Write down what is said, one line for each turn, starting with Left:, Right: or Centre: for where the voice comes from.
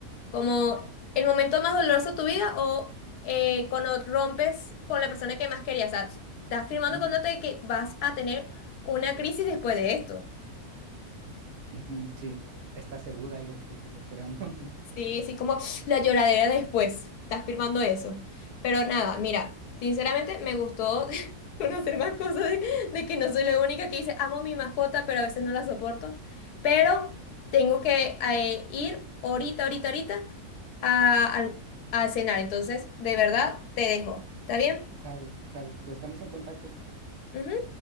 Left: como el momento más doloroso de tu vida o eh, cuando rompes con la persona que más querías. O sea, estás firmando
Right: Mm,
Left: un contrato de que vas a tener una crisis después de esto.
Right: ujú, sí, está segura ahí la crisis esperando, <laughs> ¿no?
Left: Sí, sí, como la lloradera después. Estás firmando eso. Pero nada, mira, sinceramente me gustó <laughs> conocer más cosas de, de que no soy la única que dice, amo mi mascota, pero a veces no la soporto. Pero tengo que eh, ir ahorita, ahorita, ahorita a, al- a cenar. Entonces, de verdad, te dejo. ¿Está bien?
Right: Sale, sale, pues estamos en contacto.
Left: Ujú.